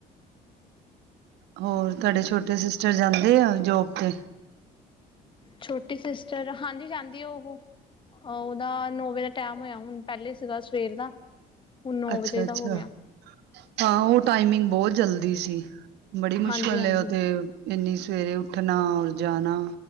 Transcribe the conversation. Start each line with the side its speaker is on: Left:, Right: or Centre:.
Right: ਹੋਰ ਤੁਹਾਡੇ ਛੋਟੇ ਸਿਸਟਰ ਜਾਂਦੇ ਆ ਜੋਬ ਤੇ?
Left: ਛੋਟੀ ਸਿਸਟਰ ਹਾਂਜੀ ਜਾਂਦੀ ਉਹੋ। ਉਹਦਾ ਨੌ ਵਜੇ ਦਾ ਟਾਈਮ ਹੋਇਆ, ਹੁਣ ਪਹਿਲੇ ਸੀਗਾ ਸਵੇਰ ਦਾ। ਹੁਣ ਨੌ
Right: ਅੱਛਾ,
Left: ਵਜੇ
Right: ਅੱਛਾ
Left: ਦਾ ਹੋ ਗਿਆ
Right: ਹਾਂ ਉਹ ਟਾਈਮਿੰਗ ਬਹੁਤ ਜਲਦੀ ਸੀ। ਬੜੀ ਮੁਸ਼ਕਿਲ
Left: ਹਾਂਜੀ ਹਾਂਜੀ
Right: ਓ ਤੇ ਇੰਨੀ ਸਵੇਰੇ ਉੱਠਣਾ ਔਰ ਜਾਣਾ।